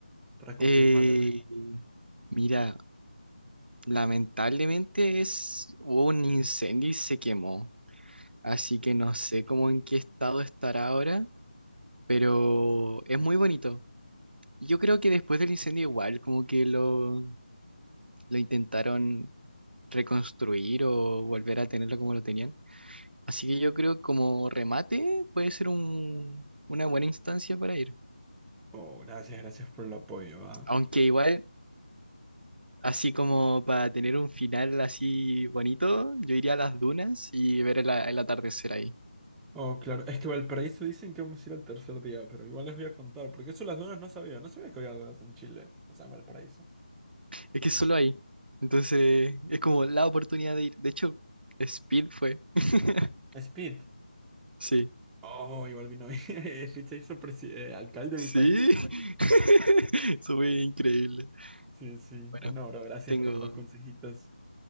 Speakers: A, in the centre; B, on the right.
A: Para confirmarles.
B: Eh, mira, lamentablemente es, hubo un incendio y se quemó. Así que no sé cómo en qué estado estará ahora, pero es muy bonito. Yo creo que después del incendio igual, como que lo, lo intentaron reconstruir o volver a tenerlo como lo tenían. Así que yo creo que como remate puede ser un, una buena instancia para ir.
A: Oh, gracias, gracias por el apoyo, ah.
B: Aunque igual... Así como para tener un final así bonito, yo iría a las dunas y ver el, a- el atardecer ahí.
A: Oh, claro, es que Valparaíso dicen que vamos a ir al tercer día, pero igual les voy a contar, porque eso las donas no sabía, no sabía que había donas en Chile, o sea, en Valparaíso.
B: Es que es solo ahí. Entonces, es como la oportunidad de ir. De hecho, Speed fue. <laughs>
A: Speed.
B: Sí.
A: Oh, igual vino <laughs> Speed se hizo presi- eh, alcalde
B: Sí.
A: de mi país.
B: <laughs> Eso fue increíble.
A: Sí, sí.
B: Bueno,
A: Bueno,
B: Bueno,
A: bro, gracias
B: tengo...
A: por los consejitos.